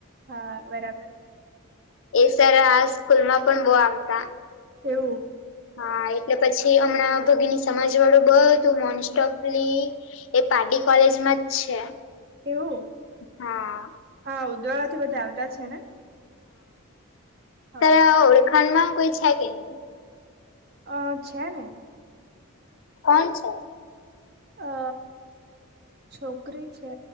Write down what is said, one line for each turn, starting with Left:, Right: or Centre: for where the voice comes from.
Right: હા બરાબર.
Left: એ સર આ સ્કૂલ માં પણ બો આવતા.
Right: એવું?
Left: હા એટલે પછી હમણાં ભગીની સમાજ વાળું બધું મોનસ્ટપલી એ પારડી કોલેજમાં જ છે.
Right: એવું,
Left: હા
Right: હા ઉદવાળ થી બધા આવતા છે ને? હા
Left: ત્યારે ઓળખાડ માં કોઈ છે કે નહી?
Right: અ છે ને.
Left: કોન છે? <inaudible>
Right: અ છોકરી છે